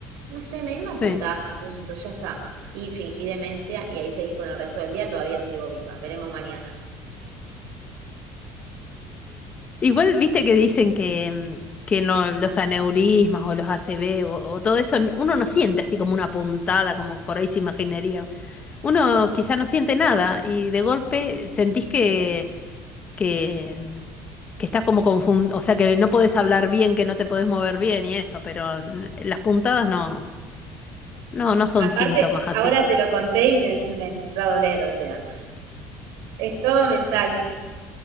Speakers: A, on the right (about 85°); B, on the left (about 25°).
A: no sé, me dio una
B: Sí.
A: puntada, punto, ya está. Y fingí demencia y ahí seguí con el resto del día, todavía sigo viva, veremos mañana.
B: Igual viste que dicen que, mm, que no, los aneurismas o los ACV o, o todo eso, n- uno no siente así como una puntada, como por ahí se imaginaría. Uno quizá no siente nada y de golpe sentís que, que, mm, que estás como confundido, o sea, que no podés hablar bien, que no te podés mover bien y eso, pero n- las puntadas no, no, no son
A: Aparte,
B: síntomas
A: ahora
B: así.
A: te lo conté y me, me entró a doler, o sea. Es todo mental.